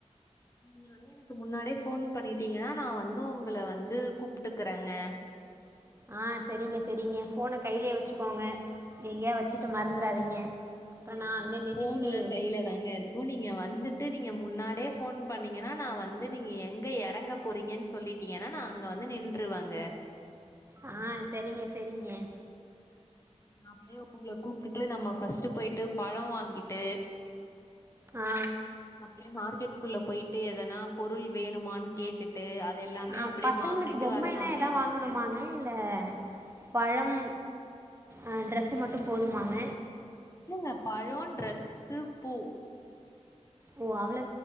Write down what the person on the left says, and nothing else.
நீங்க வந்து எனக்கு முன்னாடியே போன் பண்ணிட்டிங்கன்னா நான வந்து உங்கள வந்து கூப்பிட்டுக்கறேங்க
இல்ல
இல்ல
இல்லங்க
போன் எல்லாம் கையில தாங்க இருக்கும் நீங்க வந்துட்டு நீங்க முன்னாடே போன் பண்ணீங்கன்னா நான வந்து நீங்க எங்க இறங்க போறீங்கன்னு சொல்லிட்டிங்கன்னா நான அங்க வந்து நின்றுருவாங்க
நான் அப்டியே உங்களை கூப் நம்மபஸ்ட் போயிட்டு பழம் வாங்கிட்டு
அப்டியே மார்கெட் குல்ல போயிட்டு எதனா பொருள் வேணுமான்னு கேட்டுட்டு எல்லாமே
அப்டியே
வாங்கிட்டு
வரலாங்க
இல்லங்க பழம் டெரஸ் பூ